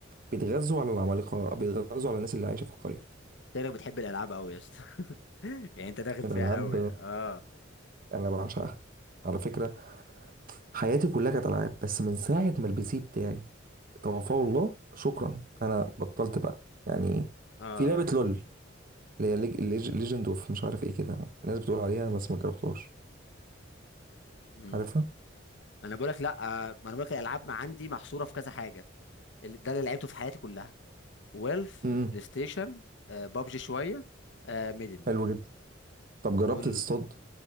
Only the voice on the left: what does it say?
شكلك بتحب الالعاب قوي يا اسطى <laughs> يعني انت داخل
فيها قوي اه
اه اه
امم
انا بقول لك لا آه، ما انا بقول لك الالعاب ما عندي محصوره في كذا حاجه ال- ده اللي لعبته في حياتي كلها ويلف
بلاي ستيشن آه، بابجي شويه آه، ميدن
دول